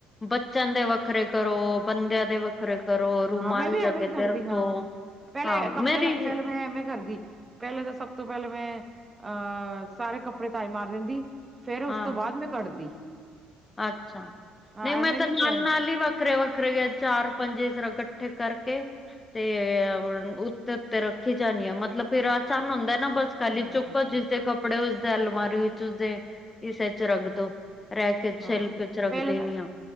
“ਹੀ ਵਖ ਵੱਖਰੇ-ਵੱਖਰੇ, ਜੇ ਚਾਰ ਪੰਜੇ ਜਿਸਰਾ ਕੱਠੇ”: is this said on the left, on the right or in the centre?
Left